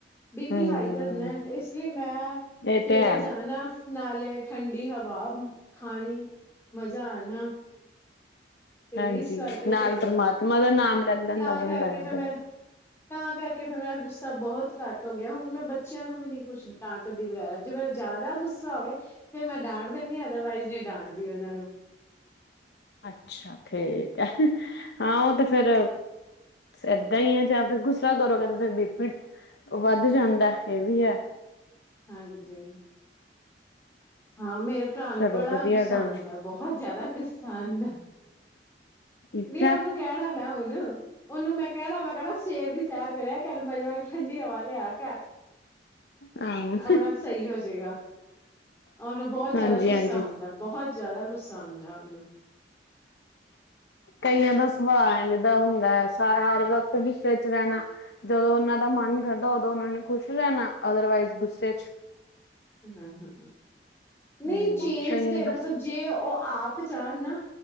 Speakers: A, on the left; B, on the left.
A: ਬੀ ਪੀ
B: ਹਮ
A: ਹਾਈ ਕਰਨਾ, ਇਸ ਲਈ ਮੈਂ
B: ਇਹ
A: ਸਵੇਰੇ
B: ਤੇ ਹੈ
A: ਜਾਣਾ, ਨਾਲੇ ਠੰਡੀ ਹਵਾ ਖਾਣੀ ਮਜ਼ਾ ਆਣਾ। ਤੇ
B: ਹਾਂਜੀ,
A: ਇਸ ਕਰਕੇ
B: ਨਾਲ
A: ਫੇਰ
B: ਪਰਮਾਤਮਾ ਦਾ ਨਾਮ ਲੈ ਲੈਂਦਾ
A: ਤਾਂ
B: ਬੰਦਾ
A: ਕਰਕੇ
B: ਏਦਾਂ
A: ਫੇਰ ਮੇਰਾ
B: ਹੀ।
A: ਤਾਂ ਕਰਕੇ ਫੇਰ ਮੇਰਾ ਗੁੱਸਾ ਬਹੁਤ ਘੱਟ ਹੋ ਗਿਆ, ਹੁਣ ਮੈਂ ਬੱਚਿਆਂ ਨੂੰ ਵੀ ਨੀ ਕੁੱਛ ਡਾਂਟ ਦੀ ਵਗੈਰਾ ਜੇ ਮੇਰਾ ਜ਼ਿਆਦਾ ਗੁੱਸਾ ਹੋਵੇ ਫੇਰ ਮੈਂ ਡਾਂਟ ਦਿੰਦੀ ਹਾਂ, ਅਦਰਵਾਈਜ਼ ਨਹੀਂ ਡਾਂਟਦੀ ਉਹਨਾਂ ਨੂੰ।
B: ਅੱਛਾ ਠੀਕ ਹੈ, ਹਾਂ ਉਹ ਤੇ ਫੇਰ ਇੱਦਾਂ ਹੀ ਹੈ, ਜਾਂ ਫੇਰ ਗੁੱਸ ਕਰੋਗੇ ਤੇ ਫੇਰ ਬੀਪੀ ਵੱਧ ਜਾਂਦਾ ਇਹ ਵੀ ਹੈ।
A: ਹਾਂਜੀ। ਹਾਂ ਮੇਰੇ ਭਰਾ ਨੂੰ
B: ਚਲੋ
A: ਬੜਾ
B: ਵਧੀਆ
A: ਗੁੱਸਾ
B: ਗੱਲ
A: ਆਂਦਾ
B: ਏ।
A: ਬਹੁਤ ਜ਼ਿਆਦਾ ਗੁੱਸਾ ਆਉਂਦਾ।
B: ਅੱਛਾ
A: ਨਹੀਂ ਉਹਨੂੰ ਕਹਿਣਾ ਮੈਂ ਹੁਣ ਉਹਨੂੰ ਮੈਂ ਕਹਿਣਾ ਮੈਂ ਕਹਿਣਾ ਸਵੇਰ ਦੀ ਸੈਰ ਕਰਿਆ ਘਰ ਮਜ਼ੇ ਵਾਲੀ ਠੰਢਡੀ ਹਵਾ ਲਿਆ ਕਰ।
B: ਹਾਂ
A: ਆਪਣੇ ਆਪ ਸਹੀ ਹੋਜੇਗਾ। ਉਹਨੂੰ ਬਹੁਤ
B: ਹਾਂਜੀ
A: ਜਿਆਦਾ ਗੁੱਸਾ
B: ਹਾਂਜੀ
A: ਆਉਂਦਾ, ਬਹੁਤ ਜਿਆਦਾ ਗੁੱਸਾ ਆਉਂਦਾ ਉਹਨੂੰ।
B: ਕਈਆਂ ਦਾ ਸੁਭਾਅ ਐਂਵੇ ਦਾ ਹੁੰਦੈ, ਸਾਰਾ ਹਰ ਵਕਤ ਗੂੱਸੇ ਚ ਰੈਨਾ। ਜਦੋਂ ਓਨਾਂ ਦਾ ਮਾੰਨ ਕਰਦੈ ਉਦੋਂ ਓਨਾਂ ਨੇ ਖੁਸ਼ ਰੈਨਾ, ਅਦਰਵਾਈਸ ਗੁੱਸੇ ਚ।
A: ਹੂੰ, ਹੂੰ ਨਈ
B: ਹਮ
A: ਚੇਂਜ
B: ਕਈਆਂ
A: ਤੇ
B: ਦਾ
A: ਮਤਲਬ ਜੇ ਓ ਆਪ ਚ੍ਹਾਨ ਨਾ,